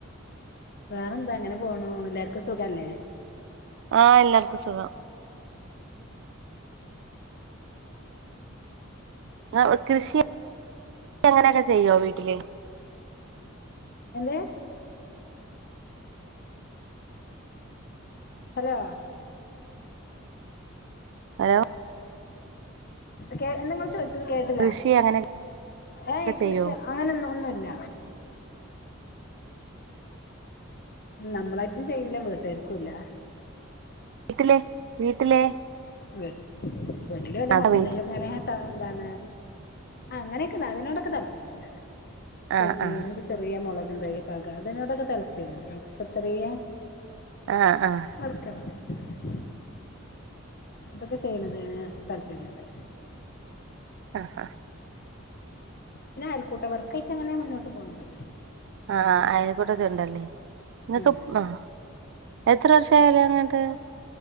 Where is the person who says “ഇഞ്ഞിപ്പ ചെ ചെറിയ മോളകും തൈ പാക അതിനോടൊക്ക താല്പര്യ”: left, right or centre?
Left